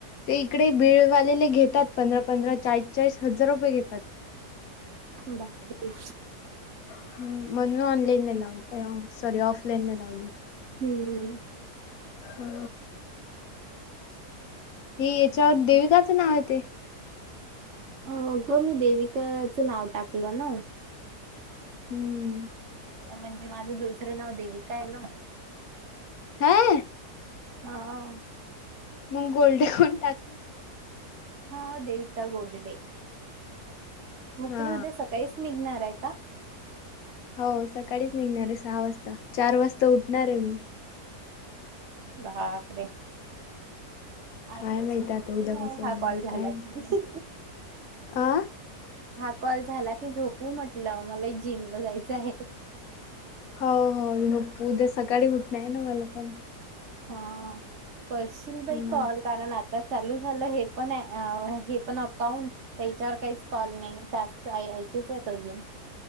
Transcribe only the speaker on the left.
ते इकडे बिळगालेले घेतात पंधरा पंधरा चाळीस चाळीस हजार रुपये घेतात.
हम्म म्हणून ऑनलाईन नाही लावली सॉरी ऑफलाईन नाही लावली.
हा. ही हेच्यावर देविकाचं नाव येतयं
हम्म.
हांय-
मग गोल्डे म्हणून टाकं.
हा
हो सकाळीच निघणार आहे सहा वाजता चार वाजता उठणार आहे मी.
काय माहित आता उद्या कसं
होणार
आहे
काय
अ
हो हो. उद्या सकाळी उठण आहे ना, मला पण.
हा